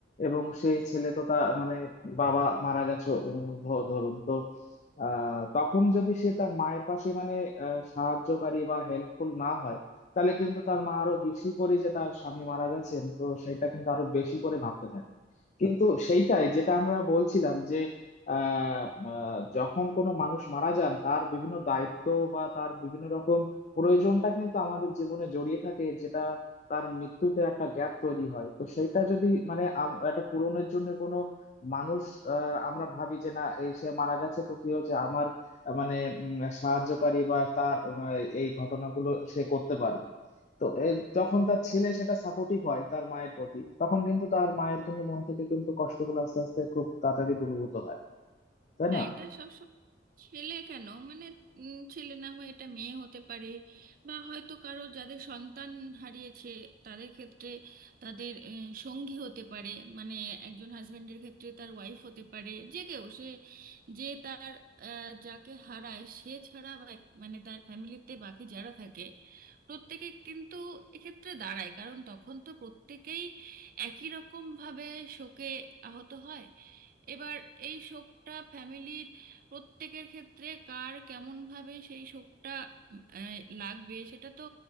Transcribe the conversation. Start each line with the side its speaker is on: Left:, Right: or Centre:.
Left: এবং সেই ছেলে তো তার মানে বাবা মারা গেছে উম, ধ- ধরুন তো আহ, তখন যদি সে তার মায়ের পাশে মানে আহ, সাহায্যকারী বা হেল্পফুল না হয় তাহলে কিন্তু তার মা আরো বেশি করে যে তার স্বামী মারা গেছেন তো সেটা কিন্তু আরো বেশি করে ভাবতে থাকে কিন্তু সেইটাই যেটা আমরা বলছিলাম যে আহ আহ, যখন কোনো মানুষ মারা যান তার বিভিন্ন দায়িত্ব বা তার বিভিন্ন রকম প্রয়োজনটা কিন্তু আমাদের জীবনে জড়িয়ে থাকে যেটা তার মৃত্যুতে একটা গ্যাপ তৈরি হয় তো সেটা যদি মানে আম- একটা পূরণের জন্য কোনো মানুষ আহ, আমরা ভাবি যে না এই সে মারা গেছে তো কি হয়েছে আমার আহ, মানে উম, সাহায্যকারী বা তার আহ, এই ঘটনাগুলো সে করতে পারবে তো এ- যখন তার ছেলে সেটা সাপোর্টিভ হয় তার মায়ের প্রতি তখন কিন্তু তার মায়ের কিন্তু মন থেকে কিন্তু কষ্টগুলো আস্তে আস্তে খুব তাড়াতাড়ি দূরীভূত হয় তাই
Right: হ্যাঁ
Left: না
Right: এটা সবসময় ছেলে কেন মানে উম, ছেলে না হয়ে এটা মেয়ে হতে পারে বা হয়তো কারো যাদের সন্তান হারিয়েছে তাদের ক্ষেত্রে তাদের আহ, সঙ্গী হতে পারে মানে একজন হাজবেন্ডের ক্ষেত্রে তার ওয়াইফ হতে পারে যে কেউ সে যে তার আহ, যাকে হারায় সে ছাড়া বা এক- মানে তার ফ্যামিলিতে বাকি যারা থাকে প্রত্যেকে কিন্তু এক্ষেত্রে দাঁড়ায় কারণ তখন তো প্রত্যেকেই একই রকম ভাবে শোকে আহত হয় এবার এই শোকটা ফ্যামিলির প্রত্যেকের ক্ষেত্রে কার কেমন ভাবে সেই শোকটা উম, আহ, লাগবে সেটা তো